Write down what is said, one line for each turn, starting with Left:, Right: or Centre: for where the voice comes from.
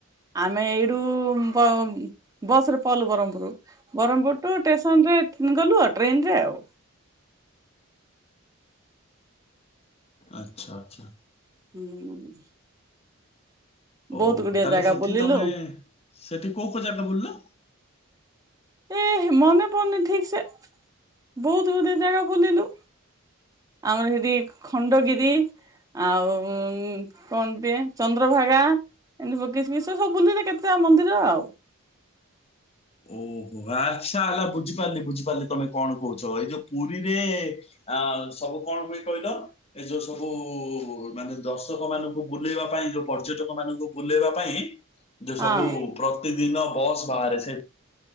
Right: ଆମେ ଏଇଟୁ ବ ବସ୍ ରେ ପଲ୍ ବ୍ରହ୍ମପୁର ବ୍ରହ୍ମପୁର ଟୁ ଷ୍ଟେସନ ରେ ଗଲୁ ଆଉ ଟ୍ରେନ୍ ରେ ଆଉ।
Left: ଆଛା ଆଚ୍ଛା।
Right: ହୁଁ।
Left: ଓହୋ
Right: ବହୁତ ଗୁଡିଏ
Left: ତାହେଲେ
Right: ଜାଗା
Left: ସେଠି
Right: ବୁଲିଲୁ
Left: ତମେ ସେଠି କୋଉ କୋଉ ଜାଗା ବୁଲିଲ?
Right: ଏ ମନେ ପଡୁନି ଠିକ୍ ସେ ବହୁତ ଗୁଡେ ଜାଗା ବୁଲିଲୁ। ଆମର ସେଠି ଖଣ୍ଡଗିରି ଆଉ କଣ ଟିଏ ଚନ୍ଦ୍ରଭାଗା। ଏ ବଗେଶ <unintelligible> ବି ସବୁ ବୁଲିଲେ କେତେ ମନ୍ଦିର ଆଉ
Left: ଓହୋ ଆଚ୍ଛା ହେଲା ବୁଝିପାରିଲି ବୁଝିପାରିଲି ତମେ କଣ କହୁଛ ଏଇ ଯୋଉ ପୁରୀରେ ଆ ସବୁ କଣ ହୁଏ କହିଲ ଏଇ ଯୋଉ ସବୁ ମାନେ ଦର୍ଶକ ମାନଙ୍କୁ ବୁଲେଇବା ପାଇଁ ଯୋଉ ପର୍ଯ୍ୟଟକ ମାନଙ୍କୁ ବୁଲେଇବା ପାଇଁ ଯୋଉ
Right: ହଁ
Left: ସବୁ ପ୍ରତିଦିନ ବସ୍ ବାହାରେ ସେ